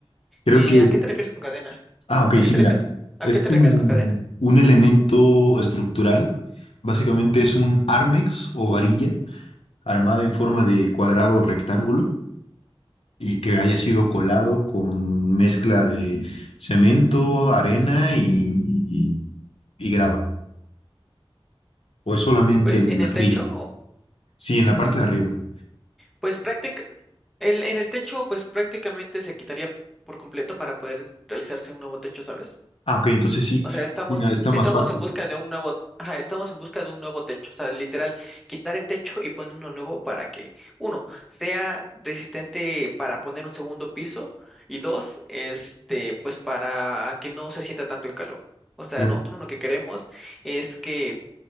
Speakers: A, on the left; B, in the centre.
A: Creo
B: Eh,
A: que,
B: ¿a qué te refieres con cadena?
A: ah, ok,
B: ¿A qué
A: sí,
B: te
A: mira,
B: refieres? ¿A
A: es
B: qué
A: como
B: te refieres con cadena?
A: un elemento estructural. Básicamente es un armex o varilla armada en forma de cuadrado o rectángulo y que haya sido colado con mezcla de cemento, arena y, y- y grava. O es solamente
B: Pues
A: el
B: en
A: ladrillo.
B: el techo
A: Sí, en la parte de arriba.
B: Pues práctica, en, en el techo, pues prácticamente se quitaría por completo para poder realizarse un nuevo techo, ¿sabes?
A: Ah, ok, entonces sí,
B: O sea, estamos,
A: venga, está
B: estamos
A: más fácil.
B: en busca de un nuevo, ajá, estamos en busca de un nuevo techo. O sea, literal, quitar el techo y poner uno nuevo para que, uno, sea resistente para poner un segundo piso, y dos, este, pues para que no se sienta tanto el calor. O sea,
A: Mira,
B: nosotros lo que queremos es que,